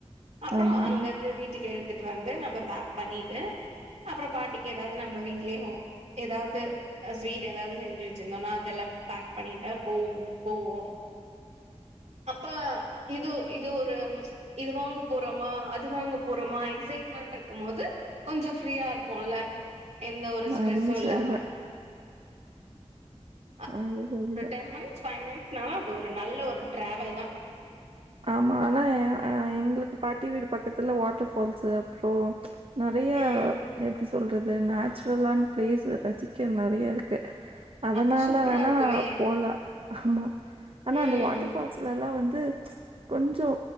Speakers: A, on the right (about 75°); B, on the right (about 55°).
A: அப்றோ
B: ஆமாமா.
A: அங்கிருந்து வீட்டுக்கு எடுத்துட்டு வந்து நம்ம பேக் பண்ணிட்டு அப்றோ பாட்டிக்கு எதாவுது நம்ம வீட்லியே ஹோ எதாவுது சுவீட் எதாவுது செஞ்சு வச்சிருந்தோனா அதெல்லா பேக் பண்ணிட்டா போவு போவோம் அப்பா இது இது ஒரு இது வாங்க போறோமா அது வாங்க போறோமா எக்ஸைட்மென்ட் இருக்கு போது கொஞ்சோ ஃப்ரீயா இருப்போல்ல எந்த ஒரு ஸ்ரெஸ்சு
B: அதுவும்
A: இல்லாம
B: சரிதான்.
A: அ
B: அது சரி தா
A: டென் மினிட்ஸ் ஃபைவ் மினிட்ஸ்னாலு அது ஒரு நல்ல ஒரு டிரவெல் தா
B: ஆமா ஆனா எங்களுக்கு பாட்டி வீடு பக்கத்துல வாட்டர் ஃபால்ஸு அப்றோ நெறைய
A: ம்
B: எப்டி சொல்றது நேச்சுரலானா பிளேஸ் ரசிக்க நெறைய இருக் கு அதுனால
A: அப்ப சூப்பரா
B: வேணா
A: இருக்குமே
B: போலா ஆமா ஆனா
A: ம்
B: அந்த வாட்டர் ஃபால்ஸ்ல்லா வந்து கொஞ்சோ